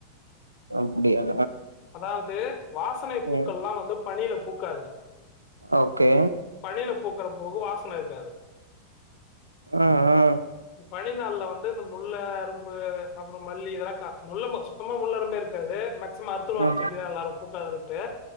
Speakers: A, on the right; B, on the left.
A: அப்டியா
B: அதாவது வாசனை பூக்கள்லா
A: ம்
B: வந்து பனில பூக்காது
A: ஓகே
B: பனியில பூக்குற பூக்கு வாசன இருக்காது
A: ம் ம்
B: பனி நாள்ள வந் து இந்த முள்ள அரும்பு அப்றோ மல்லி இதெல்லா கா முள்ள சுத்தமா முள்ள அரும்பே இருக்காது சும்மா அறுத்துடுவாங்க
A: ஆ
B: செடி நல்லாருக்கு பூக்காதுன்ட்டு